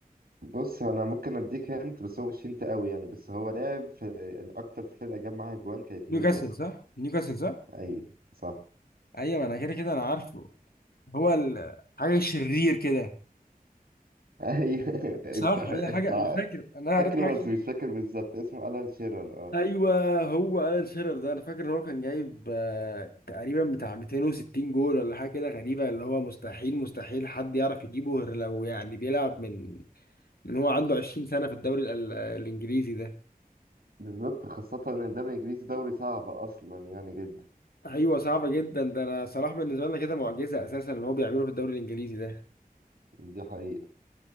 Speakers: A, on the right; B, on the left.
A: بص انا ممكن اديك هنت بس هو مش هنت قوي يعني بس هو لعب في يعني اكتر فرقة جاب معاها جوان كانت
B: نيوكاسل
A: نيوكاسل
B: صح نيوكاسل صح
A: ايوه صح
B: ايوه ما انا كده كده انا عارفه هو ال- حاجه شرير كده
A: ايوه <laughs>
B: صح
A: انت انت
B: هي حاجه انا فاكر انا
A: فاكره
B: قريت حاجه شبه-
A: بس مش فاكر بالظبط اسمه ألان شيرر اه
B: ايوه هو الان شيرر ده انا فاكر ان هو كان جايب آه، تقريبا بتاع 260 جول ولا حاجه كده غريبه اللي هو مستحيل مستحيل حد يعرف يجيبه غير لو يعني بيلعب من من هو عنده 20 سنة في الدوري ال- الإنجليزي ده
A: بالظبط خاصة إن الدوري الإنجليزي دوري صعب أصلا يعني جدا
B: أيوة صعب جدا ده أنا صلاح بالنسبة لنا كده معجزة أساسا اللي هو بيعمله في الدوري الإنجليزي ده
A: دي حقيقة